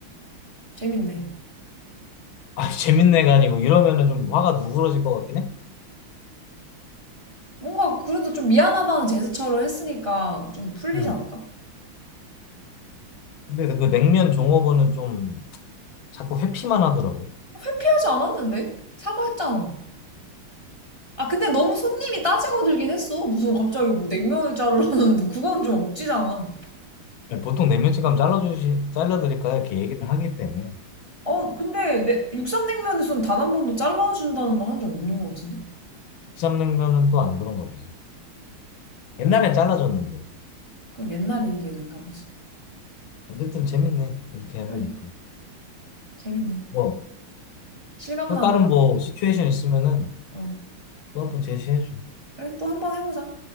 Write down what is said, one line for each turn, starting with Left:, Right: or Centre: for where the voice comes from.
Right: 재밌네.
Left: 아, 재밌네가 아니고 이러면은 좀 화가 누그러질 것 같긴 해.
Right: 뭔가 그래도 좀 미안하다는 제스처를 했으니까 좀 풀리지
Left: 음.
Right: 않을까?
Left: 근데 그 냉면 종업원은 좀 자꾸 회피만 하더라고.
Right: 어, 회피하지 않았는데? 사과했잖아. 아, 근데 너무 손님이 따지고 들긴 했어. 무슨 갑자기 뭐 냉면을 자르라는데, 그건 좀 억지잖아.
Left: 아니, 보통 내면치 감 잘라주시, 잘라드릴까요? 이렇게 얘기를 하기 때문에.
Right: 어, 근데 내 육삼냉면에서는 단 한 번도 잘라준다는 말 한 적 없는 것 같은데?
Left: 국삼냉면은 또 안 그런가 보지. 옛날엔
Right: 뭐야.
Left: 잘라줬는데.
Right: 그건 옛날 얘기인가 보지.
Left: 어쨌든 재밌네. 이렇게 해보니까.
Right: 그래, 재밌네.
Left: 뭐,
Right: 실감나고.
Left: 또 다른 뭐, 시츄에이션 있으면은
Right: 어,
Left: 또 한번 제시해줘.
Right: 그래, 또 한번 해보자.